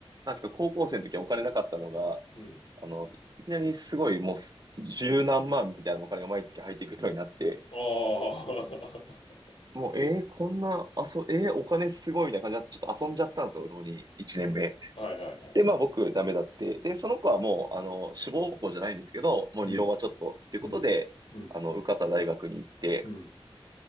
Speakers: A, on the right; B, on the left.
A: なんですか、高校生の時はお金なかったのが、
B: うん。
A: あの、いきなりすごいもうす十何万みたいなお金が毎月入ってくるようになって、
B: ああ。
A: もう、えー、こんな、あそ、えー、お金すごいみたいな感じになって、ちょっと遊んじゃったんですよ、浪人1年目。
B: <laughs> うん。はいはいはい。
A: で、まあ僕ダメだって。で、その子はもう、あの、志望校じゃないんですけど、もう二浪はちょっとっていうことで、
B: うん、うん、うん、
A: あの、受かった大学に行って、
B: うん。